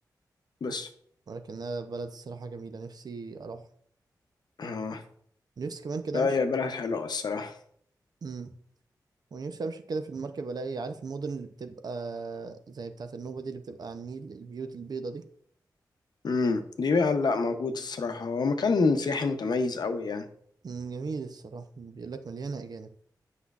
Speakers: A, on the left; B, on the right.
A: بس
B: ولكنها بلد الصراحة جميلة نفسي أروح
A: آه.
B: نفسي كمان كده
A: لا
B: أمشي
A: هي بلد حلوه الصراحه
B: مم. ونفسي أمشي كده في المركب ألاقي عارف المدن اللي بتبقى زي بتاعة النوبة دي اللي بتبقى على النيل البيوت البيضة دي
A: امم دي بقى لا موجود الصراحه هو مكان سياحي متميز قوي يعني
B: مم. جميل الصراحة بيقول لك مليانة أجانب